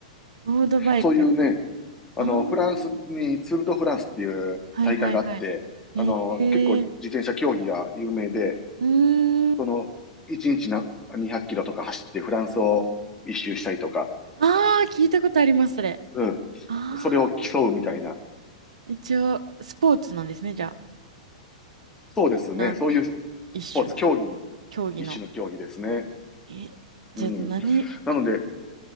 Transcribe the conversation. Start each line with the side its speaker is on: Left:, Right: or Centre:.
Right: ロードバイク。
Left: そういうね、あの、
Right: あー
Left: フランスにツール・ド・フランスっていう大会があって、
Right: はいはいはい。へえ。
Left: あの、結構自転車競技が有名で、
Right: うーん。
Left: その、1日な200キロとか走ってフランスを一周したりとか、
Right: ああ、聞いたことあります、それ。
Left: うん、
Right: ああ。
Left: それを競うみたいな。
Right: 一応、スポーツなんですね、じゃあ。
Left: そうですね。
Right: なん、
Left: そういうス
Right: 一種の、
Left: ポーツ、競技、
Right: 競技の。
Left: 一種の競技ですね。
Right: え、じゃあ何
Left: うん。なので、